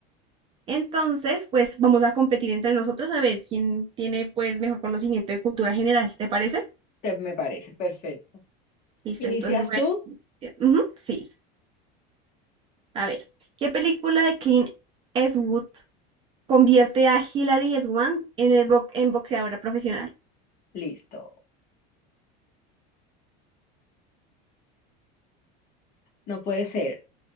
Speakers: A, on the right; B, on the left.
A: Entonces, pues vamos a competir entre nosotros a ver quién tiene pues mejor conocimiento de cultura general, ¿te parece?
B: Te- me parece perfecto.
A: Listo,
B: ¿Inicias
A: entonces voy
B: tú?
A: a... Ujú, sí, a ver. ¿Qué película de Clint Eastwood convierte a Hilary Swank en, el bo- en boxeadora profesional?
B: Listo. No puede ser.